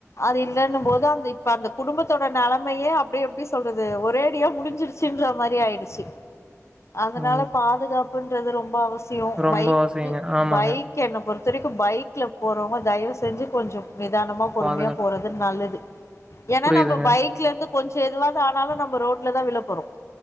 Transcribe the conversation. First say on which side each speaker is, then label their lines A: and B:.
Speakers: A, on the left; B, on the right.
A: அது இல்லன்னு போது அந்த இப்ப அந்த குடும்பத்தோட நிலைமையே அப்படி எப்படி சொல்றது ஒரேடியா முடிஞ்சிருச்சுன்ற மாரி ஆயிடுச்சு அதனால
B: ம்.
A: பாதுகாப்புன் து ரொம்ப அவசியம் ம்
B: ரொம்ப
A: பைக்
B: அவசியங்க. ஆமாங்க.
A: பைக் என்ன பொறுத்து வரைக்கும் பைக்ல போறவங்க தயவு செஞ்சு கொஞ்சம் நிதானம் பொறுமையா
B: பாதுகாப்பு
A: போறது நல்லது ஏன்னா
B: புரியுதுங்க.
A: நம்ம பைக்ல இருந்து கொஞ்சம் எதுவாவது ஆனாலும் நம்ம ரோட்ல தான் விள போறோம்